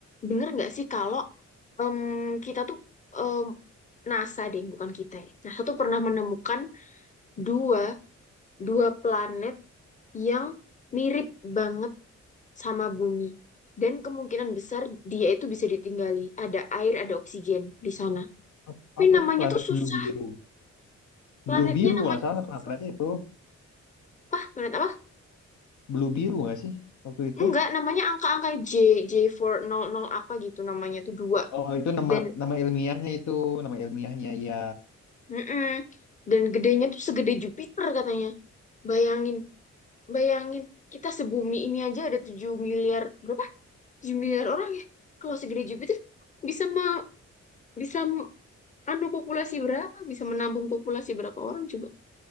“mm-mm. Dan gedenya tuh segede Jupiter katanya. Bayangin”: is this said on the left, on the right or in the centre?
Left